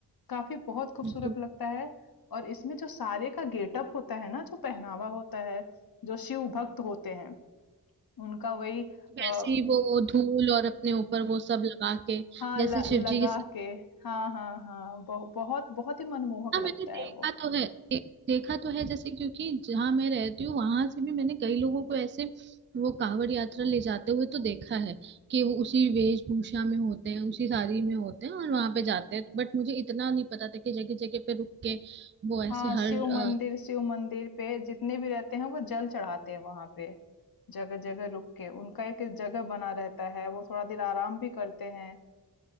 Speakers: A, on the left; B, on the right.
A: काफ़ी बहुत खूबसूरत
B: तो
A: लगता है और इसमें जो सारे का गेटअप होता है ना, जो पहनावा होता है, जो शिव भक्त होते हैं, उनका वही
B: वैसे
A: अ,
B: ही वो धूल और अपने ऊपर वो सब लगा के
A: हाँ,
B: जैसे
A: ल
B: शिव
A: लगा
B: जी के साथ
A: के हाँ, हाँ, हाँ, बहु बहुत बहुत ही मनमोहक
B: हाँ
A: लगता
B: मैंने देखा
A: है वो।
B: तो है दे, देखा तो है जैसे क्योंकि जहाँ मैं रहती हूँ वहां से भी मैंने कई लोगों को ऐसे वो कांवड़ यात्रा ले जाते हुए तो देखा है कि वो उसी वेशभूषा में होते हैं उसी साड़ी में होते हैं और वहां पे जाते हैं बट मुझे इतना नहीं पता था कि जगह जगह पे रुक के वो ऐसे
A: हाँ, शिव
B: हर अ,
A: मंदिर शिव मंदिर पे जितने भी रहते हैं वो जल चढ़ाते हैं वहाँ पे, जगह-जगह रुक के। उनका एक जगह बना रहता है, वो थोड़ा देर आराम भी करते हैं,